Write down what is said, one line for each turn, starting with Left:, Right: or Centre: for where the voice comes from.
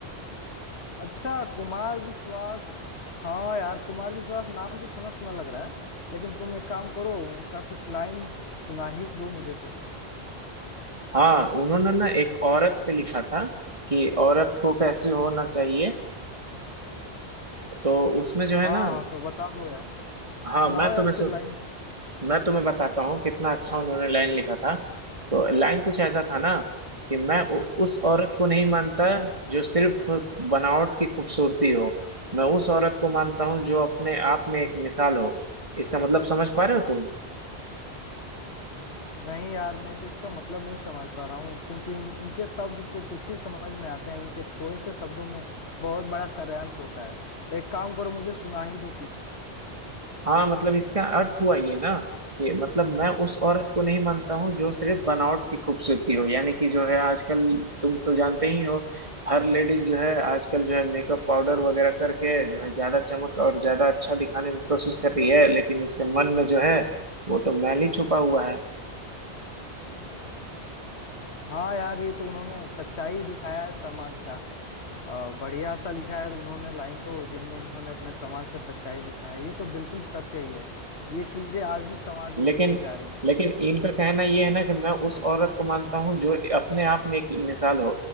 Left: अच्छा कुमार विश्वास हाँ यार कुमार विश्वास नाम तो सुना सुना लग रहा है लेकिन तुम एक काम करो उनका कुछ लाइन सुना ही दो मुझे तो
Right: हाँ उन्होंने ना एक औरत पे लिखा था कि औरत को कैसे होना चाहिए तो उसमें जो
Left: हाँ
Right: है ना
Left: हाँ तो बता दो यार
Right: हाँ
Left: सुनाओ
Right: मैं तुम्हें
Left: यार
Right: सु,
Left: फिर लाइन
Right: मैं तुम्हें बताता हूँ कितना अच्छा उन्होंने लाइन लिखा था तो लाइन कुछ ऐसा था ना कि मैं उ, उस औरत को नहीं मानता जो सिर्फ बनावट की खूबसूरती हो मैं उस औरत को मानता हूँ जो अपने आप में एक मिसाल हो इसका मतलब समझ पा रहे हो तुम
Left: नहीं यार मैं तो इसका मतलब नहीं समझ पा रहा हूँ क्योंकि इन- उनके शब्द तो कुछ ही समझ में आते हैं उनके थोड़े से शब्दों में बहुत बड़ा सारांश होता है तो एक काम करो मुझे सुना ही दो कुछ
Right: हाँ मतलब इसका अर्थ हुआ ये ना कि मतलब मैं उस औरत को नहीं मानता हूँ जो सिर्फ बनावट की खूबसूरती हो यानी कि जो है आजकल तुम तो जानते ही हो हर लेडीज जो है आजकल जो है मेकअप पाउडर वगैरह करके जो है ज्यादा चमक और ज्यादा अच्छा दिखाने की कोशिश कर रही है लेकिन उसके मन में जो है वो तो मैल ही छुपा हुआ है
Left: हाँ यार ये तो उन्होंने सच्चाई दिखाया है समाज का आ, बढ़िया सा लिखा है उन्होंने लाइन तो जिनमें उन्होंने अपने समाज का सच्चाई दिखा है ये तो बिल्कुल सत्य ही है ये चीजें आज भी समाज में
Right: लेकिन
Left: देखी जा रही हैं
Right: लेकिन इनका कहना ये है ना कि मैं उस औरत को मानता हूँ जो अपने आप में एक मिसाल हो